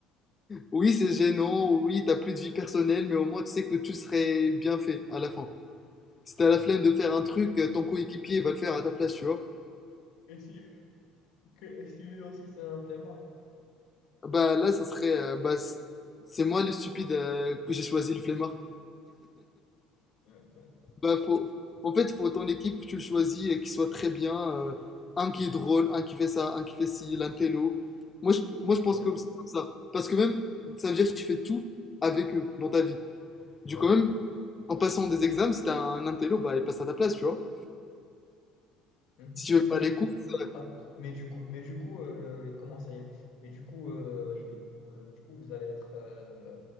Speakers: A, on the left (about 30°); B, on the left (about 65°).
A: Oui, c'est gênant. Oui, t'as plus de vie personnelle, mais au moins, tu sais que tout serait bien fait à la fin. Si t'as la flemme de faire un truc, euh, ton coéquipier va le faire à ta place, tu vois.
B: et si, que- et si lui aussi c'est un flemmard.
A: Bah là, ça serait. euh, bah, c- c'est moi le stupide euh, que j'ai choisi le flemmard.
B: Ouais,
A: Bah, faut, en fait, faut ton équipe que tu le choisis et qu'il soit très bien. euh, un qui est drôle, un qui fait ça, un qui fait ci, l'intello. Moi, je, moi, je
B: ouais.
A: pense que c'est comme ça. Parce que même, ça veut dire que tu fais tout avec eux dans ta vie. Du
B: Ouais.
A: coup, même en passant des examens, si t'as un intello, bah, il passe à ta place, tu vois.
B: Mhm.
A: Si tu veux
B: Mais,
A: faire les courses, euh,
B: ah, mais du coup, mais du coup euh, comment ça il- Mais du coup, euh, il- euh, du coup, vous allez être euh,